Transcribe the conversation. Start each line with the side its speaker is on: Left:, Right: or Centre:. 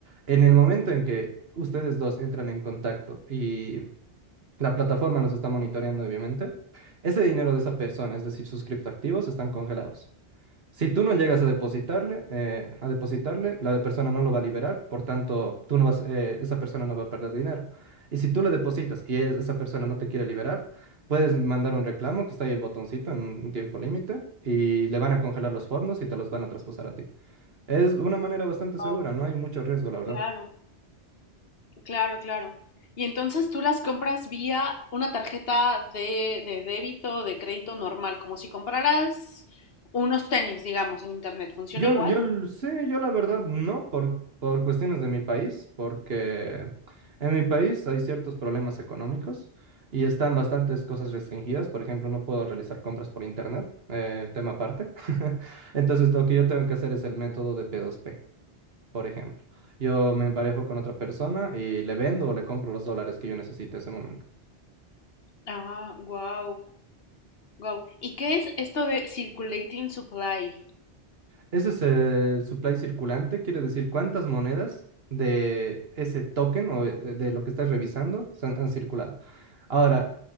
Right: En el momento en que ustedes dos entran en contacto y la plataforma los está monitoreando, obviamente, ese dinero de esa persona, es decir, sus criptoactivos, están congelados. Si tú no llegas a depositarle, eh, a depositarle, la de persona no lo va a liberar, por tanto, tú no vas, eh, esa persona no va a perder dinero. Y si tú le depositas y es- esa persona no te quiere liberar, puedes mandar un reclamo, que está ahí el botoncito en un tiempo límite, y le van a congelar los fondos y te los van a traspasar a ti. Es una manera bastante
Left: Guau,
Right: segura, no hay mucho riesgo, la verdad.
Left: Claro, claro, claro. Y entonces tú las compras vía una tarjeta de, de débito o de crédito normal, como si compraras unos tenis, digamos, en internet. ¿Funciona
Right: Yo,
Left: igual?
Right: yo l- sí, yo la verdad no, por, por cuestiones de mi país, porque en mi país hay ciertos problemas económicos y están bastantes cosas restringidas. Por ejemplo, no puedo realizar compras por internet, eh, tema aparte. <laughs> Entonces, lo que yo tengo que hacer es el método de p dos p por ejemplo. Yo me emparejo con otra persona y le vendo o le compro los dólares que yo necesito en ese momento.
Left: Ah, wow, wow. ¿Y qué es esto de circulating supply?
Right: Ese es el supply circulante, quiere decir cuántas monedas de ese token o eh, de lo que estás revisando se han, han circulado. Ahora,